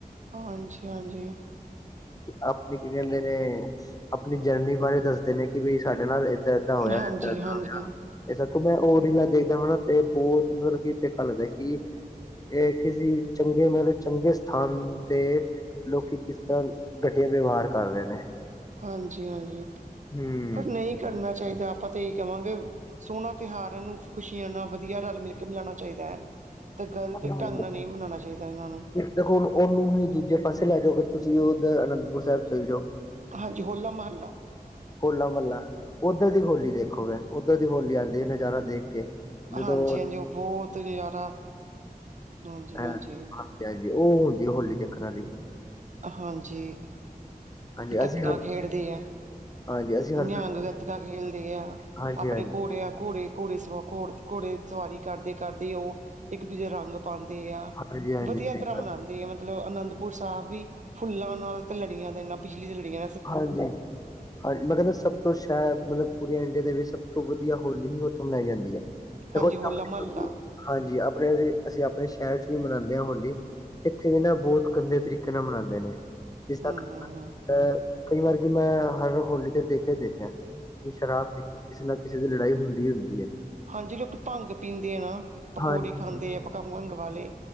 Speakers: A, on the right; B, on the left.
A: ਹਾਂਜੀ, ਹਾਂਜੀ।
B: ਆਪਨੀ ਕੀ ਕਹਿੰਦੇ ਨੇ ਆਪਨੀ ਜਰਨੀ ਬਾਰੇ ਦੱਸਦੇ ਨੇ, ਕਿ ਬਈ ਸਾਡੇ ਨਾਲ ਏਦਾ-ਏਦਾ ਹੋਇਆ,
A: ਹਾਂਜੀ-ਹਾਂਜੀ,
B: ਏਦਾਂ-ਏਦਾ ਹੋਇਆ। ਏਹ ਦੇਖੋ ਮੈਂ ਓ ਰੀਲਾ ਦੇਖਦਾ ਵਾ ਨਾ, ਤੇ ਬਹੁਤ ਮਤਲਬ ਕਿ ਦੇਖ ਲੱਗਦਾ ਕਿ ਏਹ ਕਿਸੀ ਚੰਗੇ ਮਤਲਬ ਚੰਗੇ ਸਥਾਨ ਤੇ ਲੋਕੀ ਕਿਸ ਤਰ੍ਹਾਂ ਘਟੀਆ ਵੇਵਾਹਰ ਕਰ ਰਹੇ ਨੇ।
A: ਹਾਂਜੀ, ਹਾਂਜੀ
B: ਹੂੰ
A: ਪਰ ਨਹੀਂ ਕਰਨਾ ਚਾਹੀਦਾ ਆਪਾਂ ਤਾਂ ਏ ਕਹਵਾਂਗੇ, ਸੋਹਣਾ ਤਿਉਹਾਰ ਇਹਨੂੰ ਖੁਸ਼ੀਆਂ ਨਾਲ ਵਧੀਆ ਰਲ ਮਿਲ ਕੇ ਮਿਲਾਣਾ ਚਾਹੀਦਾ ਐ, ਤੇ ਗ਼ਲਤ
B: ਹੂੰ।
A: ਢੰਗ ਨਾਲ ਨਹੀਂ ਮਨਾਣਾ ਚਾਹੀਦਾ ਇਹਨਾਂ ਨੂੰ।
B: ਦੇਖੋ ਹੁਣ ਉਹਨੂੰ ਹੀ ਦੂਜੇ ਪਾਸੇ ਲੈ ਜਾਓ, ਅਗਰ ਤੁਸੀਂ ਉਧਰ ਅਨੰਦਪੁਰ ਸਾਹਿਬ ਚੱਲ ਜੋ
A: ਹਾਂਜੀ, ਹੋਲਾ-ਮਹੱਲਾ।
B: ਹੋਲਾ ਮਹੱਲਾ ਉੱਧਰ ਦੀ ਹੋਲੀ ਦੇਖੋਗੇ, ਉੱਧਰ ਦੀ ਹੋਲੀ ਆਂਦੀ ਨਜ਼ਾਰਾ ਦੇਖ ਕੇ ਜਦੋਂ
A: ਹਾਂਜੀ-ਹਾਂਜੀ ਉਹ ਬਹੁਤ ਨਜ਼ਾਰਾ, ਹਾਂਜੀ-ਹਾਂਜੀ।
B: ਹਾਂਜੀ ਹਾਂਜੀ, ਉਹ ਹੁੰਦੀ ਹੋਲੀ ਦੇਖਣ ਆਲੀ।
A: ਹਾਂਜੀ,
B: ਹਾਂਜੀ
A: ਗੱਤਕਾ
B: ਅਸੀਂ ਹਰ
A: ਖੇਡਦੇ ਆ।
B: ਹਾਂਜੀ ਅਸੀਂ
A: ਨਿਹੰਗ
B: ਹਰ
A: ਗੱਤਕਾ ਖੇਲਦੇ ਆ
B: ਹਾਂਜੀ
A: ਆਪਣੇ
B: ਹਾਂਜੀ
A: ਘੋੜੇਆਂ, ਘੋੜੇ ਘੋੜੇ ਸਵ ਘੋੜ ਘੋੜੇ ਸਵਾਰੀ ਕਰਦੇ, ਕਰਦੇ ਉਹ ਇੱਕ ਦੂਜੇ ਰੰਗ ਪਾੰਦੇ ਆ,
B: ਹਾਂਜੀ ਹਾਂਜੀ
A: ਵਧੀਆ ਤਰ੍ਹਾਂ ਮਨਾੰਦੇ ਆ ਮਤਲਬ ਅਨੰਦਪੁਰ ਸਾਹਿਬ ਵੀ ਫੁੱਲਾਂ ਨਾਲ ਲੜੀਆਂ ਨੇ ਨਾ ਬਿਜਲੀ ਤੇ ਲੜੀਅ
B: ਹਾਂਜੀ। ਹਾਂਜ ਮੈਂ ਕਹਿੰਦਾ ਸਭ ਤੋਂ ਸ਼ੇਦ ਮਤਲਬ ਪੂਰੀ ਇੰਡੀਆ ਦੇ ਵਿੱਚ ਸਭ ਤੋਂ ਵਧੀਆ ਹੋਲੀ ਹੀ ਔਥੇ ਮਨਾਈ ਜਾਂਦੀ ਐ।
A: ਹਾਂਜੀ
B: ਦੇਖੋ <inaudible>
A: ਹੋਲਾ ਮਹੱਲਾ
B: ਹਾਂਜੀ ਆਪਣੇ ਏ, ਅਸੀਂ ਆਪਣੇ ਸ਼ਹਿਰ ਚ ਵੀ ਮਨਾੰਦੇ ਹਾਂ ਹੋਲੀ ਇੱਥੇ ਵੀ ਨਾ ਬੋਹਤ ਗੰਦੇ ਤਰੀਕੇ ਨਾਲ ਮਨਾੰਦੇ ਨੇ ਜਿਸ ਤ
A: ਹਮ ਹਮ ਹਮ
B: ਅ ਕਈ ਵਾਰ ਕਿ ਮੈਂ ਹਰ ਹੋਲੀ ਤੇ ਦੇਖਿਆ ਹੀ ਦੇਖਿਆ ਕਿ ਸ਼ਰਾਬ ਪੀ ਕੇ ਕਿਸੇ ਨਾ ਕਿਸੇ ਦੀ ਲੜਾਈ ਹੁੰਦੀ ਈ ਹੁੰਦੀ ਏ।
A: ਹਾਂਜੀ ਲੋਕ ਭੰਗ ਪੀਂਦੇ ਆ ਨਾ ਪਕੌੜੇ
B: ਹਾਂਜੀ
A: ਖਾਂਦੇ ਆ ਪਕਾ ਭੰਗ ਵਾਲੇ।